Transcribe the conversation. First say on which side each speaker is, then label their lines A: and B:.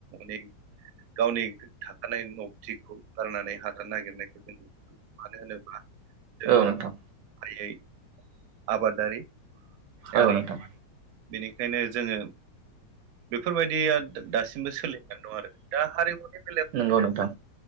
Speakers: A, on the right; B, on the right.
A: बे गावनि थाखानाय नबथिखौ गारनानै हाथार नागिरनायखौ जों नु मानो होनोब्ला जोङो
B: औ नोंथां
A: फारियै आबादारि हारि
B: औ नोंथां
A: बेनिखायनो जोङो बेफोरबायदिया दासिमबो सोलिनानै दं आरो दा हारिमुनि
B: नोंगौ‌ नोथां